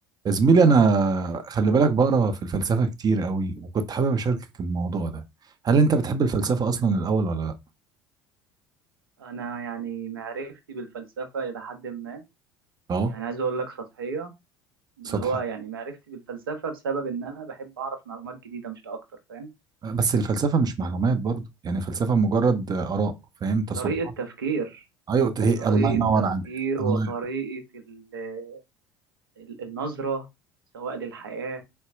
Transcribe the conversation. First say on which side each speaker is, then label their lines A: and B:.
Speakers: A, on the right; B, on the right.
A: يا زميلي انا خلي بالك بقرا في الفلسفه كتير قوي وكنت حابب اشاركك الموضوع ده هل انت بتحب الفلسفه اصلا الاول ولا لا
B: انا يعني معرفتي بالفلسفه الى حد ما
A: اه
B: يعني عايز اقول لك سطحيه اللي
A: سطح
B: هو يعني معرفتي بالفلسفه بسبب ان انا بحب اعرف معلومات جديده مش اكتر فاهم
A: بس الفلسفه مش معلومات برضو يعني الفلسفه مجرد اراء فاهم تصورات
B: طريقه تفكير
A: ايوه هي
B: طريقه
A: الله ينور
B: تفكير
A: عليك الله
B: وطريقه ال- ال- النظره سواء للحياه